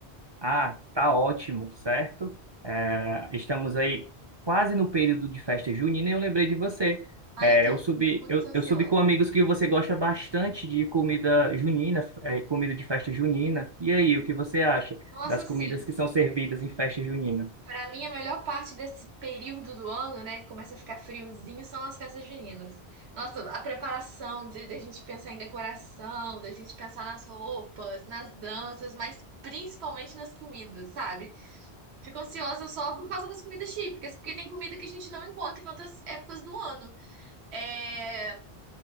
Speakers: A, on the right; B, on the right.
A: Ah, tá ótimo, certo? Eh, estamos aí quase no período de festa junina e eu lembrei de você.
B: Ai,
A: Eh,
B: eu tô
A: eu subi,
B: muito
A: eu,
B: ansiosa.
A: eu subi com amigos que você gosta bastante de comida junina, eh, comida de festa junina. E aí, o que você acha
B: Nossa,
A: das
B: sim.
A: comidas que são servidas em festa junina?
B: Pra mim, a melhor parte desse período do ano, né, que começa a ficar friozinho, são as festas juninas. Nossa, a preparação de, de a gente pensar em decoração, da gente pensar nas roupas, nas danças, mas principalmente nas comidas, sabe? Fico ansiosa só por causa das comidas típicas, porque tem comida que a gente não encontra em outras épocas do ano. É...